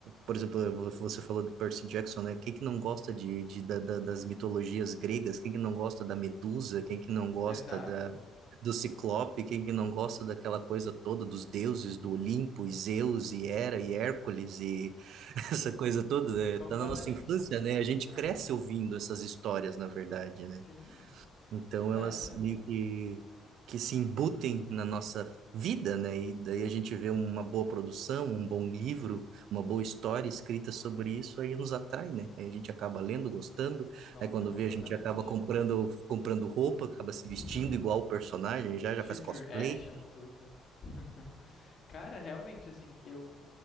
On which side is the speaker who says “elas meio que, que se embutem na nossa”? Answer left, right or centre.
Right